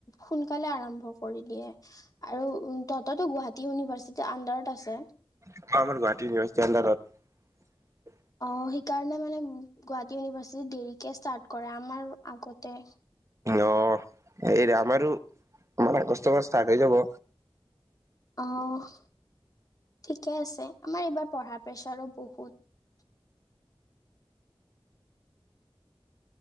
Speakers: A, on the left (about 35°); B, on the right (about 30°).
A: সোনকালে আৰম্ভ কৰে। আৰু তহতৰটো গুৱাহাটী ইউনিভাৰ্চিটিৰ আডাৰত আছে?
B: অ' আমাৰ গুৱাহাটী ইনিভাৰিটি আডাৰত।
A: অ' সেইকাৰণে মানে গুৱাহাটী ইউনিভাৰ্চিটি দেৰিকে ষ্টাৰ্ট কৰে, আমাৰ আগতে।
B: অ' এই আমাৰো, আমাৰ আগষ্টৰ ষ্টাৰ্ট হৈ যাব।
A: অ' ঠিকে আছে, আমাৰ এইবাৰ পঢ়াৰ প্ৰেছাৰো বহুত।